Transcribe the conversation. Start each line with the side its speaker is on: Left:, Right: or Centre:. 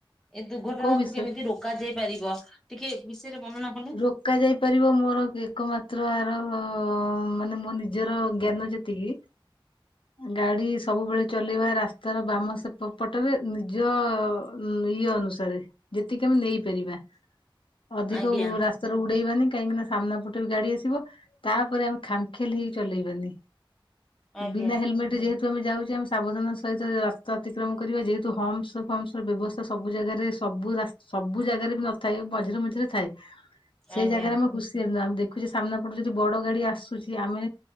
Centre: ଏ ଦୁର୍ଘଟଣା
Left: କୋଉ ବିଷୟରେ
Centre: କୁ କେମିତି ରୋକା ଯାଇ ପାରିବ ଟିକେ ବିଷୟରେ ବର୍ଣ୍ଣନା କଲେ।
Left: ରୋକା ଯାଇପାରିବ ମୋର ଏକମାତ୍ର ଆର ଅ ମାନେ ମୋର୍ ନିଜ୍ ନିଜର ଜ୍ଞାନ ଯେତିକି ଗାଡି ସବୁବେଳେ ଚଲେଇବା ରାସ୍ତାର ବାମ ସେପ ପଟରେ ନିଜ ଉ ଇଏ ଅନୁସାରେ ଯେତିକି ଆମେ ନେଇପାରିବା ଅଧିକ
Centre: ଆଜ୍ଞା।
Left: ଓ ରାସ୍ତ୍ ଉଡେଇବାନି କାହିଁକି ନା ସାମ୍ନା ପଟେ ବି ଗାଡି ଆସିବ। ତାପରେ ଆମେ ଖାମଖିଆଲି ହେଇ ଚଲେଇବାନି
Centre: ଆଜ୍ଞା
Left: ବିନା ହେଲମେଟ ଯେହେତୁ ଯେହେତୁ ଆମେ ଯାଉଛେ ଆମେ ସାବଧାନ ସହିତ ରାସ୍ତା ଅତିକ୍ରମ କରିବା ଯେହେତୁ ହମସ୍ ବ୍ୟବସ୍ ର ବ୍ୟବସ୍ତ୍ ତ ସବୁ ଜାଗାରେ ସବୁ ରାସ୍ତ୍ ସବୁ ଜାଗାରେ ବି ନଥାଏ ମଝିରେ ମଝିରେ ଥାଏ। ସେଇ
Centre: ଆଜ୍ଞା
Left: ଜାଗାରେ ଆମେ ଖୁସି ହେନୁ ଆମେ ଦେଖୁଛେ ସାମ୍ନା ପଟୁ ଯଦି ବଡ ଗାଡି ଆସୁଛି ଆମେ